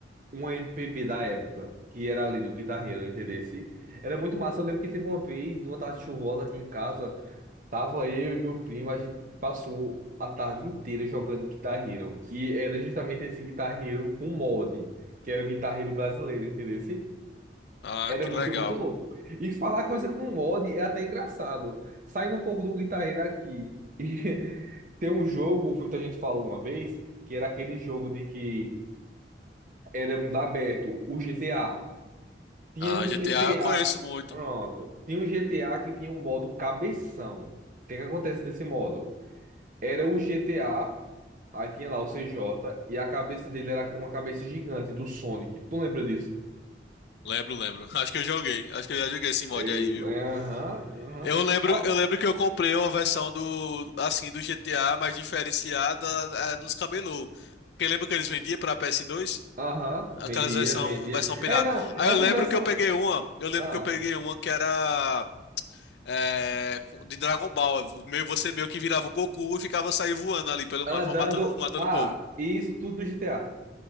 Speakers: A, on the right; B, on the left.
A: uma MPB da época, que era ali do Guitar Hero, entendesse? Era muito massa. Eu lembro que teve uma vez, numa tarde chuvosa aqui em casa, tava eu e meu primo, a gente passou a tarde inteira jogando Guitar Hero. E era justamente esse Guitar Hero com mod, que era o Guitar Hero brasileiro, entendesse?
B: Ah,
A: Era
B: que
A: muito,
B: legal.
A: muito louco. E falar coisa com mod é até engraçado. Saindo um pouco do Guitar Hero aqui. <laughs> E tem um jogo, foi o que a gente falou uma vez, que era aquele jogo de que era mundo aberto, o GTA. Tinha
B: Ah,
A: um
B: GTA
A: GTA.
B: eu conheço muito.
A: Pronto. Tinha um GTA que tinha um modo cabeção. O que é que acontece nesse modo? Era o GTA, aí tinha lá o CJ, e a cabeça dele era uma cabeça gigante do Sonic. Tu lembra disso?
B: Lembro, lembro. <laughs> Acho que eu joguei. Acho que eu já joguei esse mod
A: Ex-
B: aí, viu?
A: é, Aham, aham.
B: Eu lembro,
A: Ó,
B: eu lembro que eu comprei uma versão do, assim, do GTA mais diferenciada eh, nos camelô. Porque lembra que eles vendiam para PS2?
A: Aham,
B: Aquelas
A: vendia,
B: versão,
A: vendia.
B: versão pirata.
A: É, não,
B: Aí
A: essa
B: eu lembro
A: versão.
B: que eu peguei uma, eu lembro
A: ah,
B: que eu peguei uma que era eh, co- de Dragon Ball. Meio, você meio que virava o Goku e ficava sair voando ali pelo
A: andando.
B: mapa, matando, matando
A: Ah,
B: o povo.
A: isso tudo no GTA.